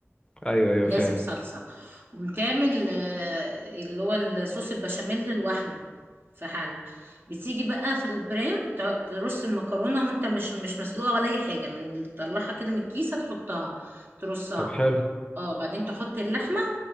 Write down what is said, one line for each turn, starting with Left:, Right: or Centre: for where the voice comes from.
Left: ايوه ايوه
Right: لازم
Left: فاهم
Right: صلصة وبتعمل آه، اللي هو الصوص البشاميل لوحده في حلة بتيجي بقى في البريم ت- ترص المكرونة وانت مش مش مسلوقة ولا اي حاجة من تطلعها كده من الكيسة تحطها ترصها
Left: طب حلو
Right: اه بعدين تحط اللحمة